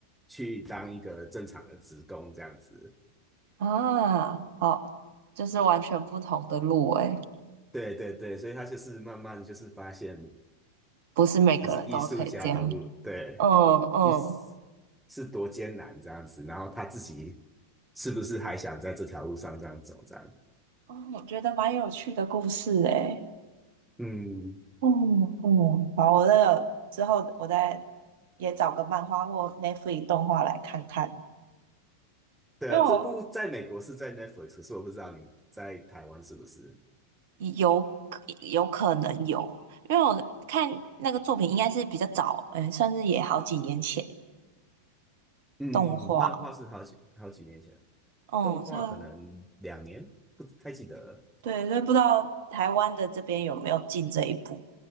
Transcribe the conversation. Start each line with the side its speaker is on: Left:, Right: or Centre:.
Centre: 去当一个正常的职工这样子。
Right: 啊，好，就是完全不同的路诶，
Centre: 对对对，所以他就是慢慢就是发现。
Right: 不是每个人都可以这样
Centre: 就是艺术家的路，对，
Right: 嗯嗯，
Centre: 艺术是多艰难这样子，然后他自己是不是还想在这条路上这样走这样？
Right: 嗯，我觉得蛮有趣的故事诶。
Centre: 嗯，
Right: 嗯嗯，好，我那个之后我再也找个漫画或 Netflix 动画来看看，
Centre: 对啊，
Right: 因为我
Centre: 这部在美国是在 Netflix，可是我不知道你在台湾是不是？
Right: 有有可能有，因为我看那个作品应该是比较早，嗯，算是也好几年前
Centre: 嗯，
Right: 动画。
Centre: 漫画是好几好几年前，
Right: 嗯，
Centre: 动画可能两年，
Right: 所以
Centre: 不太记得了。
Right: 对，所以不知道台湾的这边有没有进这一步，